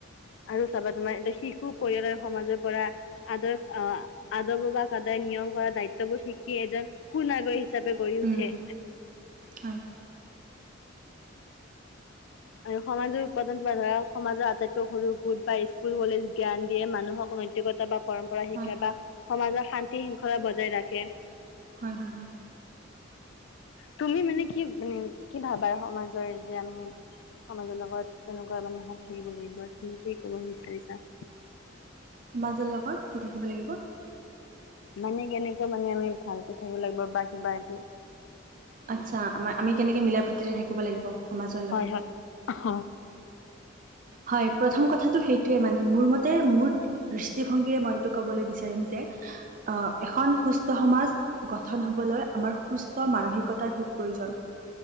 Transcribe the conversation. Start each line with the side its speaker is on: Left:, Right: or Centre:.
Left: আৰু চাবা তোমাৰ দেখি হো শু পৰিয়ালৰ সমাজৰ পৰা- আদৰ্শ আ আদৰবাব নিয়ম কৰা দায়িত্ব বোৰ শিকি এজন সু নাগৰিক - হিচাপে গঢ়ি উঠে।
Right: উম হয়।
Left: আৰু সমাজৰ উৎপাদন তোমাৰ ধৰা সমাজৰ আটাইতকৈ সৰু গোট বাই স্কুল কলেজ জ্ঞান দিয়ে মানুহক নৈ- নৈতিক গতা বা পৰম্পৰা শিকে
Right: হয় হয়
Left: বা সমাজৰ শান্তি শৃংখলা বজাই ৰাখে।
Right: হয়ঁ, হয়ঁ, হয়ঁ।
Left: তুমি মানে কি মানে কি ভাবা সমাজৰে যে আমি- সমাজৰ লগত কেনেকুৱা মানে হাত থাকিব লাগিব তুমি কি ক'ব বিচাৰিছা?
Right: মাজৰ লগত কি থাকিব লাগিব?
Left: মানে কেনেকুৱা মানে আমি ভালকে থাকিব লাগিব বা কিবা এটো-
Right: আচ্ছা আমাৰ আমি কেনেকে মিলা প্ৰীতিৰে থাকিব লাগিব। সমাজৰ
Left: হয়ঁ,
Right: লগত
Left: হয়ঁ অহ।
Right: হয়ঁ প্ৰথম কথাটো সেইটোৱে মানে মোৰ মতে মোৰ দৃষ্টিভংগীৰে মই এইটো ক'বলৈ বিচাৰিম যে- অঁ, এখন সুস্থ সমাজ- গঠন হ'বলৈ আমাৰ সুস্থ মানসিকতাৰ খুব প্ৰয়োজন।